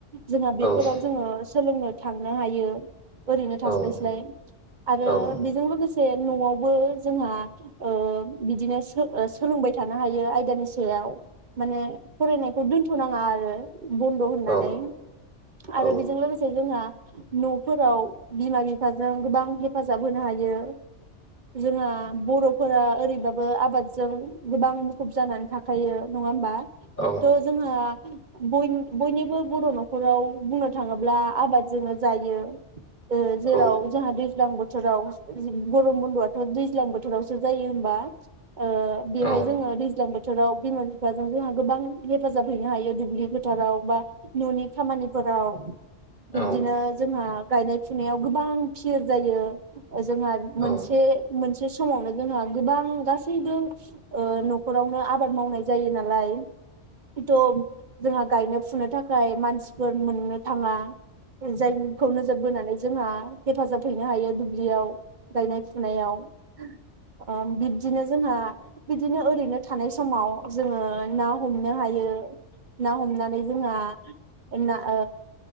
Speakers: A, on the right; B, on the left.
A: जोंहा बेफोराव
B: औ
A: जोंङो सोलोंनो थांनो हायो ओरैनो थास्लायस्लाय।
B: औ
A: आरो
B: औ
A: बेजों लोगोसे। नआवबो जोंहा ओ बिदिनो सो सोलोंबाय थानो हायो आयदानि सायाव माने फरायनायखौ दोनथनाङा आरो बन्द होननानै
B: औ औ
A: आरो बेजों लोगोसे जोंहा नफोराव बिमा बिफा- जों गोबां हेफाजाब होनो हायो जोंहा बर' फोरा ओरैबाबो आबादजों गोबां मुखुब जानानै थाखायो नङा होमबा?
B: औ
A: थ जोंहा बयनि बयनिबो बर नखराव बुंनो थाङोब्ला आबादजोंनो जायो जो जेराव
B: औ
A: दैज्लां बोथोराव गरम बन्दआथ' दैज्लां बोथोरावसो जायो होनबा ओ बेवहाय
B: औ
A: जोङो दैज्लां बो बोथोराव बिमा बिफाजों जोंहा गोबां हेफाजाब हैनो हायो दुब्लि बो फोथाराव बा ननि खामानिफोराव
B: औ
A: बिब्दिनो जोंहा। गायनाय फुनायाव गोबां फिर जायो। जोंहा मोनसे
B: औ
A: मोनसे समावनो जोंहा गोबां गासैबो ओ नखरावनो आबाद मावनाय जायो नालाय थ' जोंहा गायनो फुनो थाखाय मानसिफोर मोननो थाङा। <unintelligible> खौ नोजोर बोनानै जोंहा हेफाजाब हैनो हायो दुब्लियाव गायनाय फुनायाव ओ बिबदिनो जोंहा बिदिनो ओरैनो थानाय समाव जोङो ना हमनो हायो। ना हमनानै जोंहा ओंना ओ